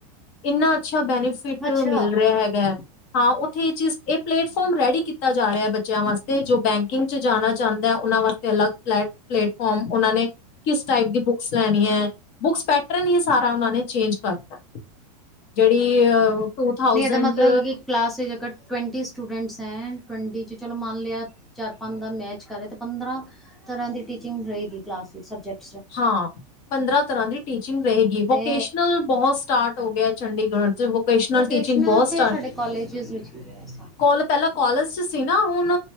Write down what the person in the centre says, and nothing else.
ਅੱਛਾ
ਇਹਦਾ ਮਤਲਬ ਕਿ ਕਲਾਸ ਵਿੱਚ ਅਗਰ ਟਵੈਂਟੀ ਸਟੂਡੈਂਟਸ ਐਂ, ਟਵੈਂਟੀ ਵਿਚ ਚਲੋ ਮੰਨ ਲਿਆ ਚਾਰ ਪੰਜ ਦਾ ਮੈਚ ਕਰ ਰਿਆ, ਤੇ ਪੰਦਰਾਂ ਤਰ੍ਹਾਂ ਦੀ ਟੀਚਿੰਗ ਰ‌ਏਗੀ ਕਲਾਸ ਵਿੱਚ। ਸਬਜੈਕਟ
ਤੇ
ਵੋਕੇਸ਼ਨਲ
ਤੇ ਸਾਡੇ ਕਾਲਜਿਸ ਵਿੱਚ ਵੀ ਹੈ ਐਸਾ,